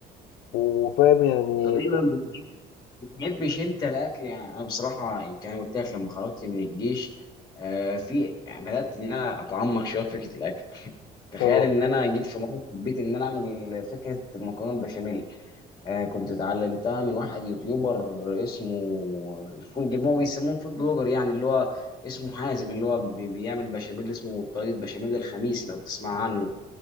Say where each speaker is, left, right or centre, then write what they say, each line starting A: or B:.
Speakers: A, on the left; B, on the left.
A: وفاهم يعني
B: طب ايه بقى بتحبش انت الاكل يعني انا بصراحه يمكن انا قلت لك لما خرجت من الجيش آه في يعني بدات ان انا اتعمق شويه في فكره الاكل تخيل
A: آه.
B: ان انا جيت في مره حبيت ان انا اعمل فكره المكرونه البشاميل آه كنت اتعلمتها من واحد يوتيوبر اسمه فود اللي هو بيسموه فود بلوجر يعني اللي هو اسمه حازم اللي هو بي- بيعمل بشاميل اسمه طريقه بشاميل الخميس لو تسمع عنه